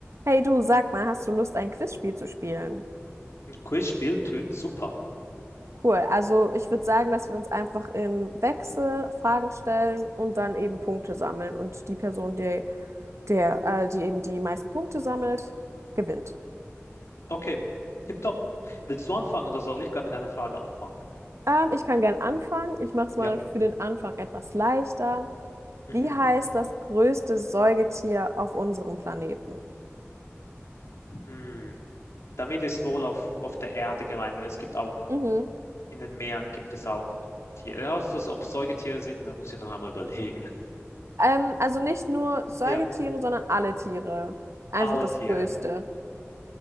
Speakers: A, on the right (about 75°); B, on the left (about 75°).
A: Hey du, sag mal, hast du Lust, ein Quizspiel zu spielen?
B: Ein Quizspiel tönt super.
A: Cool. Also ich würde sagen, dass wir uns einfach im Wechsel Fragen stellen und dann eben Punkte sammeln. Und die Person, die, der, äh, die eben die meisten Punkte sammelt, gewinnt.
B: Okay, tipptopp. Willst du anfangen oder soll ich gar mit einer Frage anfangen?
A: Ähm, ich kann gern anfangen. Ich mache es
B: Ja.
A: mal für den Anfang etwas leichter.
B: Mhm.
A: Wie heißt das größte Säugetier auf unserem Planeten?
B: Hm. Damit ist wohl auf, auf der Erde gemeint, weil es gibt auch,
A: Mhm.
B: in den Meeren gibt es auch Tiere. Also, ob es Säugetiere sind, da muss ich noch einmal überlegen.
A: Ähm, also nicht nur Säugetiere,
B: Ja,
A: sondern alle Tiere. Einfach
B: alle
A: das
B: Tiere.
A: größte.